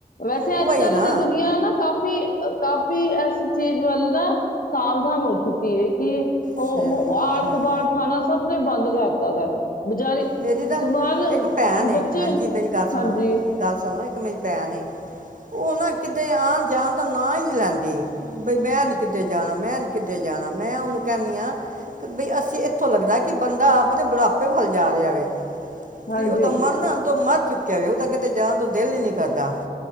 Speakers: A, on the left; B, on the right.
A: ਵੈਸੇ
B: ਉਹ
A: ਅੱਜ-
B: ਵਈ
A: ਕੱਲ
B: ਨਾ
A: ਤੇ ਦੁਨੀਆਂ ਨਾ ਕਾਫ਼ੀ ਕਾਫ਼ੀ ਏਸ ਚੀਜ਼ ਵੱਲ ਨਾ, ਸਾਵਧਾਨ ਹੋ ਚੁੱਕੀ ਹੈ ਕਿ ਓਅ
B: ਸ-
A: ਓ ਆੜ-ਕਬਾੜ
B: ਸ-
A: ਖਾਨਾ ਸਬ ਸਬ ਨੇ ਬੰਦ ਕਰਤਾ ਦਾ <unintelligible>
B: ਮੇਰੀ ਨਾ,
A: ਸਮਾਨ
B: ਇੱਕ ਭੈਨ ਏ
A: ਬੱਚੇ
B: ਹਾਂਜੀ ਮੇਰੀ ਗੱਲ ਸੁਣੋ
A: ਹਾਂਜੀ
B: ਗੱਲ ਸੁਨੋ <unintelligible> ਇਕ ਮੇਰੀ ਭੈਨ ਏ, ਓ ਨਾ ਕਿਤੇ ਆਨ- ਜਾਨ ਦਾ ਨਾ ਈ ਨੀ ਲੈਂਦੀ। ਬਈ ਮੈਂ ਨੀ ਕਿਤੇ ਜਾਣਾ, ਮੈਂ ਨੀ ਕਿਤੇ ਜਾਣਾ ਮੈਂ ਓਨੂੰ ਕੈਨੀ ਆ, ਬਈ ਅਸੀਂ ਏਥੋ ਲੱਗਦਾ ਏ, ਕਿ ਬੰਦਾ ਆਪਦੇ ਬੁੜਾਪੇ ਵੱਲ ਜਾ ਰਿਆ ਵੇ।
A: ਹਾਂਜੀ
B: ਕਿ ਓਦਾ ਮਨ ਨਾ <unintelligible> ਓਦਾ ਕਿਤੇ ਜਾਨਦਾ ਦਿਲ ਇ ਨਈ ਕਰਦਾ,